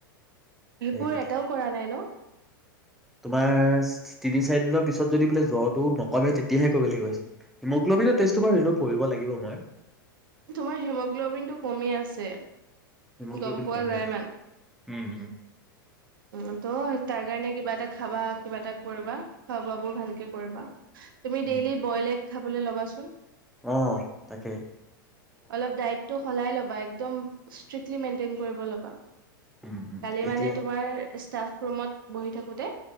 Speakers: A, in the centre; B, on the right.
A: সেইকেইটা
B: বোৰ এটাও কৰা নাই ন
A: তোমাৰ তিনি চাৰি দিনৰ পিছত যদি বোলে জ্বৰটো নক কমে তেতিয়াহে কৰিব লাগিব কৈছে হিম্লবিন টেষ্ট টো কৰিব লাগিব মই
B: তোমাৰ হিমোগ্ল'বিন টো কমি আছে
A: হিমগ্লবিন
B: গম পোৱা
A: টো কমি
B: যায়
A: আছে উম
B: উ ত' তাৰ কাৰণে কিবা এটা খাবা কিবা এটা কৰিবা খোৱা বোৱ বোৰ ভালকে কৰিবা তুমি ডেইলি
A: উম উম,
B: বইল এগ খাবলৈ ল'বাচোন
A: অ তাকেই
B: অলপ ডাইটটো সলাই ল'বা একম ষ্ট্ৰিকলি মেইনটেইন কৰিব ল'বা
A: উম উম
B: কালি
A: এতিয়া
B: মানে তোমাৰ ষ্টাফ ৰুমত বহি থাকোতে